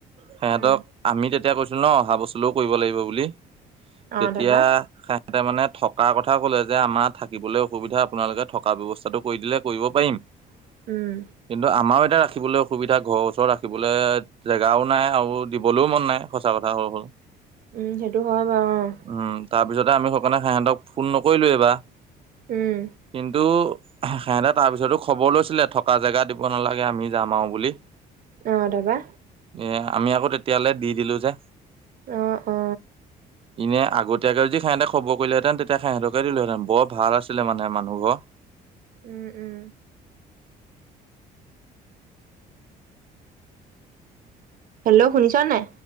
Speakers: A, on the right (about 35°); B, on the right (about 55°).
A: সিহঁতক
B: উম,
A: আমি তেতিয়া কৈছিলোঁ ন অহা বছৰ লো কৰিব লাগিব বুলি তেতিয়া
B: অ', তাৰপা
A: ইতে মানে থকা কথা কলে যে আমাৰ থাকিবলৈ অসুবিধা আপোনালোকে থকা ব্যয়ৱস্থাটো কৰি দিলে কৰিব আমাৰ
B: উম,
A: এতিয়া ৰাখিবলে সসুবিধা ঘৰৰ ওচৰত ৰাখিবলৈ জেগাও নাই আৰু দিবলৈও মন নাই সঁচা কথা হব হল
B: উম, সেইটো হয় বাৰু অ',
A: উম তাৰপিছতে আমি সকে সাইহঁতক ফোন নকৰিলোৱঁ ইবাৰ
B: উম,
A: কিন্তু সেহঁতে তাৰ পিছতো খবৰ লৈছিলে থকা জেগা দিব নালাগে আমি যাম আৰু বুলি
B: অ দাবা
A: এ আমি আকৌ তেতিয়ালৈ দি দিলো যে
B: অ অ
A: এনে আগতীয়াকে যদি সিহঁতে খবৰ কৰিলেহেতেন তেতিয়া সিহঁতকে দিলোহেতেন বৰ ভাল আছিলে মানে মানুহ ঘৰ
B: উম উম হেল্ল' শুনিছ নাই